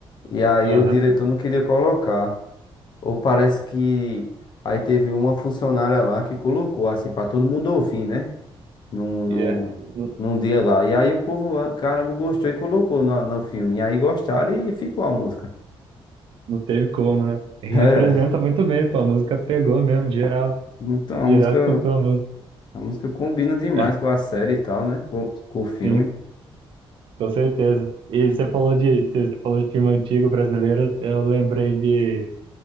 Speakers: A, on the left; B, on the right.
A: e aí
B: Aham.
A: o diretor não queria colocar. Ou parece que aí teve uma funcionária lá que colocou, assim, pra todo mundo ouvir, né? Num, num,
B: E é. Não,
A: num dia lá. E aí o povo, ah, caramba, gostou e colocou no, no filme. E aí gostaram e ficou a música. <laughs>
B: não teve como, né? E representa
A: É,
B: muito bem, pô. A música pegou mesmo, geral.
A: então a
B: Geral
A: música,
B: escutou a música.
A: a música combina demais
B: <laughs>
A: com a série e tal, né? Com, com o filme.
B: Sim. Com certeza. E você falou de, você falou de filme antigo brasileiro, eu lembrei de,